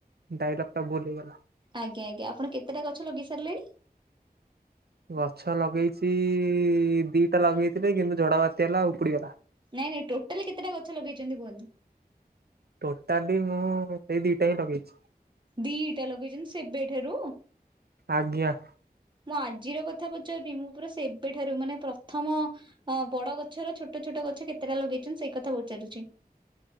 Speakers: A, on the right; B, on the right.
A: ଡାଇଲକ୍‌ ଟା ଭୁଲ୍ ହେଇଗଲା।
B: ଆଜ୍ଞା ଆଜ୍ଞା ଆପଣ କେତେଟା ଗଛ ଲଗେଇସାରିଲେଣି।
A: ଗଛ ଲଗେଇଚି ଦିଟା ଲଗେଇଥିଲି କିନ୍ତୁ ଝଡବାତ୍ୟା ହେଲା ଉପୁଡିଗଲା।
B: ନାଇଁ ନାଇଁ ଟୋଟାଲି କେତେଟା ଗଛ ଲଗେଇଛନ୍ତି କୁହନ୍ତୁ।
A: ଟୋଟାଲି ମୁଁ ସେଇ ଦିଟା ହିଁ ଲଗେଇଛି।
B: ଦିଟା ଲଗେଇଚନ୍ତି ସେବେଠାରୁ।
A: ଆଜ୍ଞା।
B: ମୁଁ ଆଜିର କଥା ପଚାରୁନି ମୁଁ ପୁରା ସେବେଠାରୁ ମାନେ ପ୍ରଥମ। ହଁ ବଡ ଗଛର ଛୋଟ ଛୋଟ ଗଛ କେତେଟା ଲଗେଇଛନ୍ତି ସେଇ କଥା ପଚାରୁଛି।